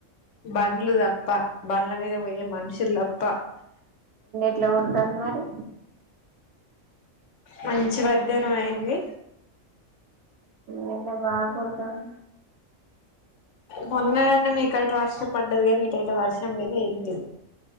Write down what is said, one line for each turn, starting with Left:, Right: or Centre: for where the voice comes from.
Left: బండ్లు దప్ప బండ్ల మీద వొయ్యే మనుషుల్ దప్ప
Right: ఎట్ల కొడ్తతద్ మరి
Left: మంచి మధ్యాహ్నం అయింది
Right: ఎండ బాగ గొడతాన్
Left: మొన్ననన్న మీకైతే వర్షం పడ్డది గానీ ఇటైతే వర్షం లేదు ఏం లేదు